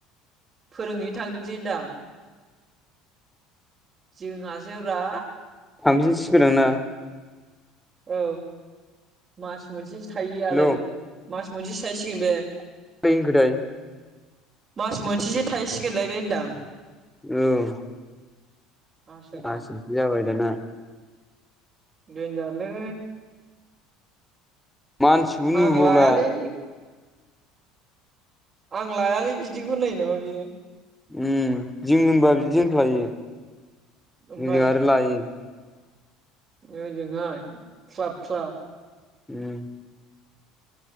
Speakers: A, on the right; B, in the centre.
A: फोरोंहैनो थांदोंसै होनदां जोंहासो ब्रा
B: थांफिनसिगोनदां ना
A: औ मास मोनसे थायोयालाय
B: हेल' बोरै
A: बे मास मोनसे साहैसिगोन बे
B: <unintelligible>
A: मास मोनसेसो थाहैसिगोनलाय बे होनदां
B: औ
A: आसोला
B: आसोलसो जाबाय दा ना
A: डेनजार लै
B: मानसिखौनो
A: आं
B: नुबावला
A: लायालै आं लायालै बिदिखौ होनलायो नामा बियो
B: उम जों होनबा बिदि होनफ्लायो
A: ओमफाय
B: ओजों आरो लायो
A: ओजोंहाय ख्लाब ख्लाब
B: उम